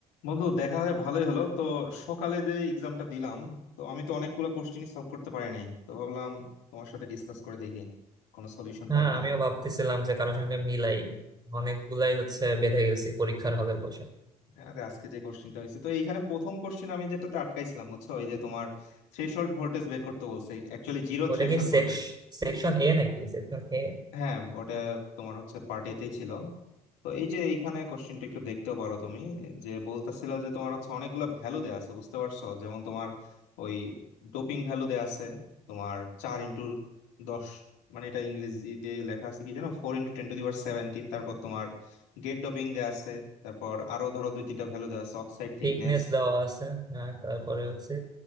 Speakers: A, on the left (about 65°); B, on the right (about 20°).
A: বন্ধু দেখা হয়ে ভালোই হলো তো সকালে যে এক্সামটা দিলাম তো আমি তো অনেকগুলো কোশ্চেনই সলভ করতে পারি নাই তো ভাবলাম তোমার সাথে ডিসকাস করে দেখি কোনো সলিউশন
B: হ্যাঁ
A: পাই কিনা
B: আমিও ভাবতেছিলাম যে কারোর সঙ্গে মিলাই অনেকগুলাই হচ্ছে বেঁধে গেছি পরীক্ষার হলে বসে
A: আরে আজকে যে কোশ্চেনটা হয়েছে তো এইখানে প্রথম কোশ্চেন আমি যেটাতে আটকাইছিলাম বুঝছো ওই যে তোমার থ্রেশহোল্ড ভোল্টেজ বের করতে বলছে অ্যাকচুয়ালি জিরো
B: ওটা
A: থ্রেশহোল্ড
B: কি
A: ভোল্টেজ
B: সেকশন এ নাকি সেকশন এ
A: হ্যাঁ ওটা তোমার হচ্ছে পার্ট এতেই ছিল তো এই যে এইখানে কোশ্চেনটা একটু দেখতে পারো তুমি যে বলতেছিল যে তোমার হচ্ছে অনেকগুলো ভ্যালু দেয়া আছে বুঝতে পারছো যেমন তোমার ওই ডোপিং ভ্যালু দেয়া আছে তোমার চার ইন্টু দশ মানে এটা ইংরেজিতে লেখা আছে কি জানো ফোর ইন্টু টেন টু দি পাওয়ার সেভেন্টিন তারপর তোমার গেট ডোপিং দেয়া আছে তারপর আরো ধরো দুই তিনটা ভ্যালু দেয়া আছে অক্সাইড
B: থিকনেস
A: থিকনেস
B: দেওয়া আছে হ্যাঁ তারপরে হচ্ছে